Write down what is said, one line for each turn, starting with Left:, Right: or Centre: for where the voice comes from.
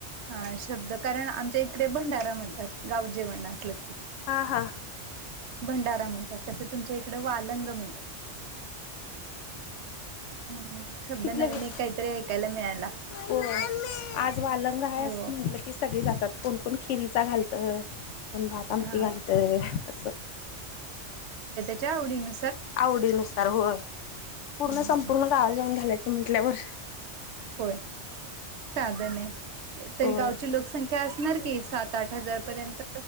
Right: अ शब्द कारण आमच्या इ कडे भंडारा म्हणतात गाव जेवण असलं की.
Left: हा हा.
Right: भंडारा म्हणतात तसं तुमच्या इकडे वालंग म्हणतात. हम्म शब्द
Left: तिथलं
Right: नवीन
Left: गे
Right: एक काहीतरी ऐकायला मिळायला.
Left: हो आज वालंग आहे,
Right: हो
Left: असं म्हटलं की सगळे जातात. कोण कोण खिरीचा घालतय कोण भात, आमटी
Right: हां
Left: घालतय तसं.
Right: च्या आवडीनु
Left: आवडीनुसार होय,
Right: हम्म
Left: पूर्ण-संपूर्ण
Right: हम्म
Left: गावा जाऊन घालायचं म्हंटल्यावर
Right: होय सादं नाही, तरी
Left: हो
Right: गावची लोकसंख्या अस नार की सात-आठ हजार पर्यंत.